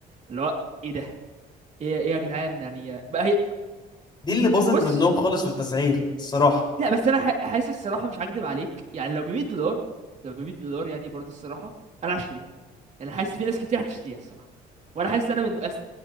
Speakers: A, on the right; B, on the left.
A: اللي هو ايه ده ايه ايه يا جدعان يعني بقى هي
B: دي اللي باظت
A: بص
B: منهم خالص في التسعير الصراحة
A: لا بس انا ح- حاسس الصراحه مش هكدب عليك يعني لو ب 100 دولار لو ب 100 دولار يعني برضه الصراحه انا هشتريها يعني حاسس في ناس كتير هتشتريها الصراحه وانا حاسس انا من أس...